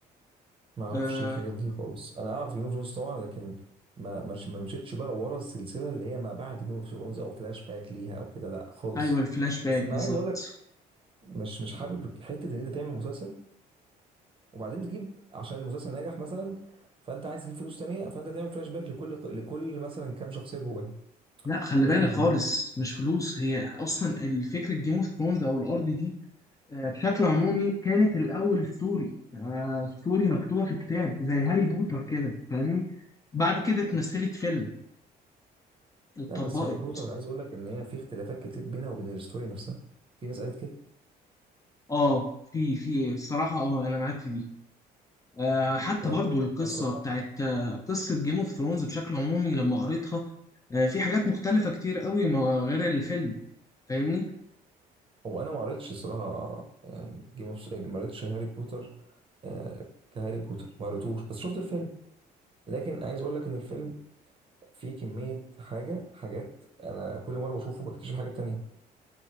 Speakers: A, on the right; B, on the left.
A: ما اعرفش
B: آه
A: الحاجات دي خالص انا اعرف جيم اوف ثرونز طبعا لكن ما مش ما مشيتش بقى ورا السلسلة اللي هي ما بعد جيم اوف ثرونز او فلاش باك ليها او كده لا خالص
B: ايوه الفلاش باك
A: بس
B: بالظبط
A: انا عايز اقول لك مش مش حابب حتة ان انت تعمل مسلسل وبعدين تجيب عشان المسلسل نجح مثلا فانت عايز تجيب فلوس تانية فانت تعمل فلاش باك لكل لكل مثلا كام شخصية جواه
B: لا خلي
A: ليه
B: بالك
A: يا
B: خالص
A: عم
B: مش فلوس هي اصلا الفكره جيم اوف ثرونز او الارض دي آه، بشكل عمومي كانت الاول ستوري آه، ستوري مكتوبه في كتاب زي هاري بوتر كده فاهمني بعد كده اتمثلت فيلم اتطبقت
A: لا بس هاري بوتر عايز اقول لك ان هي في اختلافات كتير بينها وبين الستوري نفسها في ناس قالت كده
B: اه في في الصراحه اه انا معاك في دي آه، حتى
A: وانا
B: برضو القصه
A: الصراحة
B: بتاعت آه، قصه جيم اوف ثرونز بشكل عمومي لما قريتها آه، في حاجات مختلفه كتير قوي ما غير الفيلم فاهمني
A: هو انا ما قريتش الصراحة جيم اوف ما قريتش هاري بوتر آه، كهاري بوتر ما قريتوش بس شفت الفيلم لكن عايز اقول لك ان الفيلم فيه كمية حاجة حاجات انا كل مرة بشوفه بكتشف حاجات تانية